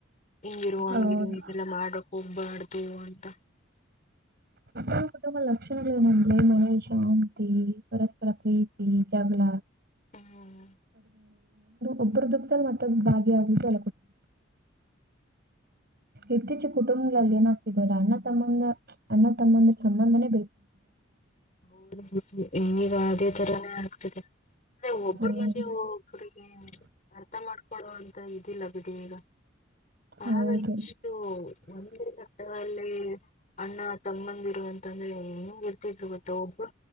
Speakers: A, on the left (about 40°); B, on the right (about 55°).
A: ಹಿಂಗಿರುವ ಹಂಗೆ
B: ಹೌದು.
A: ಇದೆಲ್ಲ ಮಾಡ ಹೋಗ್ಬಾರ್ದು ಅಂತ
B: ಇ ಕುಟುಂಬ ಲಕ್ಷಣ ದನ ಮನ ಹುಂಮತ್ತೆಪರಸ್ಪರ ಪ್ರೀತಿ ಜಗಳ
A: ಹ್ಮ್
B: ಒಬ್ಬ್ರ ದುಕ್ತಲ್ ಮತ್ತೋಬರುಬಾಗಿಿಯಗ ಎತ್ತಚ ಕುಟುಂಬ ಅಲ್ಲಿ ಏನಾಗ್ತಿದೆ ಅಣ್ಣ ತಮ್ಮ ಅಣ್ಣ ತಮ್ಮಂದಿರ ಸಂಬಂಧನೇ
A: <unintelligible> ಅದೇ ತರನೆ ಆಗ್ತಿದೆ ಅಂದ್ರೆ ಒಬ್ಬರ
B: ಹ್ಮ್
A: ಮದ್ಯೆ ಒಬ್ರಿಗೆ ಅರ್ಥ ಮಾಡ್ಕೊಳ್ಳುವ ಅಂತ ಇದಿಲ್ಲ ಬಿಡು. ಬೇಡ
B: ಹೌದು
A: ಆಗ ಎಷ್ಟು ಒಂದೇ ತಟ್ಟೆಯಲ್ಲಿ ಅಣ್ಣ ತಮ್ಮಂದಿರುವ ಅ ಅಂದ್ರೆ ಹೆಂಗ ಇರ್ತಿದ್ರು ಒಬ್ರು